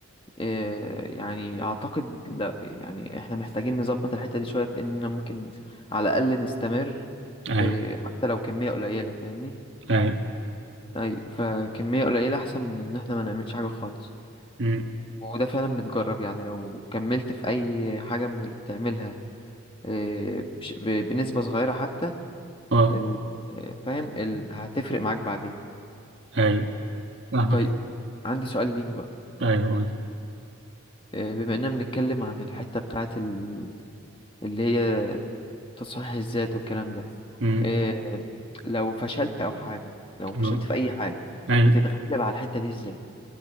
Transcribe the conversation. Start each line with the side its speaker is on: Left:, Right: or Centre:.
Left: إيه يعني اعتقد لا يعني احنا محتاجين نظبط الحتة دي شوية في اننا ممكن على الاقل نستمر في
Right: أيوه
Left: حتى لو كمية قليلة فاهمني
Right: اي
Left: ايوه فكمية قليلة احسن من ان احنا ما نعملش حاجة خالص
Right: أمم.
Left: وده فعلا متجرب يعني لو كملت في أي حاجة من اللي بتعملها آه، بش- ب- بنسبة صغيرة حتى
Right: اه
Left: ال- آه، فاهم ال- هتفرق معاك بعدين
Right: ايوه فاهمك
Left: طيب عندي سؤال ليك بقى
Right: ايوه قول
Left: آه، بما إننا بنتكلم عن الحتة بتاعت ال- اللي هي تصحيح الذات والكلام ده
Right: أمم.
Left: آه، لو فشلت أو حاجة لو
Right: آه.
Left: فشلت في أي حاجة
Right: ايوه
Left: بتتغلب على الحتة دي إزاي؟